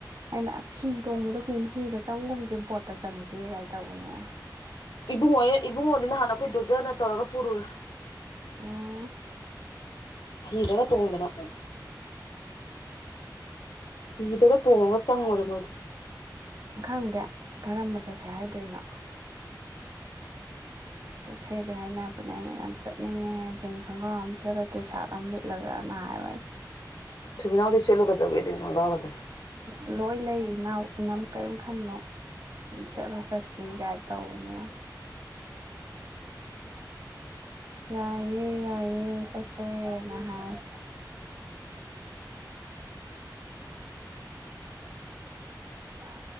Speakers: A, on the right; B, on the left.
A: ꯑꯩꯅ ꯑꯁ ꯍꯤ ꯇꯣꯡꯕꯗꯨ ꯀꯅꯤ ꯍꯤꯗ ꯆꯪꯒꯨꯝꯁꯦ ꯄꯠꯇ ꯆꯪꯁꯤ ꯀꯥꯏꯅ ꯇꯧꯕꯅꯦꯕ
B: ꯏꯕꯨꯡꯉꯣ ꯏꯕꯨꯡꯉꯣꯗꯤ ꯅ ꯍꯥꯟꯅ ꯑꯩꯈꯣꯏ ꯗꯣꯖꯅ ꯇꯧꯔꯒ ꯄꯨꯔꯨꯔꯦ
A: ꯑ
B: ꯍꯔꯒ ꯇꯣꯡꯕꯅ ꯐꯤꯗꯒ ꯇꯣꯡꯉꯒ ꯆꯪꯉꯨꯔꯦ ꯃꯣꯏꯗ
A: ꯈꯪꯗꯦ ꯀꯔꯝꯕ ꯆꯠꯁꯦ ꯍꯥꯏꯗꯣꯏꯅꯣ ꯆꯠꯁꯦꯗꯦ ꯍꯥꯏꯅꯕꯅꯦ ꯑꯩꯅ ꯌꯥꯝ ꯆꯠꯅꯤꯡꯉꯦ ꯖꯤꯟꯁ ꯈꯣꯡꯒ꯭ꯔꯥꯎ ꯑꯃ ꯁꯦꯠꯂꯛꯇ꯭ꯔꯔꯤ ꯁꯥꯔꯠ ꯑꯃ ꯂꯤꯠꯂꯒꯅ ꯑꯏ
B: ꯊꯃꯤꯕꯤꯅꯥꯎꯗꯤ ꯁꯦꯂꯨ ꯀꯗꯧꯒꯪꯒꯥ ꯀꯗꯅ
A: ꯑꯁ ꯂꯣꯏ ꯂꯩ ꯏꯅꯥꯎ ꯏꯅꯥꯎ ꯀꯔꯤꯝ ꯈꯟꯅꯣ ꯁꯦꯠꯂꯁꯤ ꯆꯠꯁꯤ ꯀꯥꯏ ꯇꯧꯕꯅꯦ ꯌꯥꯏꯌꯦꯦ ꯌꯥꯏꯌꯦꯦ ꯆꯠꯁꯦ ꯅꯍꯥꯏ ꯇꯥꯟ